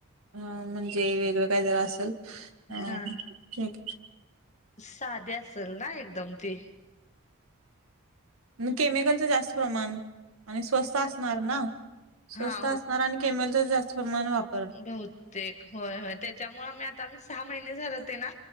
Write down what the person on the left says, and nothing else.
हा
साधे असेल ना एकदम ती.
हा
बहतेक, होय... होय. त्याच्यामुळे, आमही आता, आम्ही सहा महिने झाले. ते ना,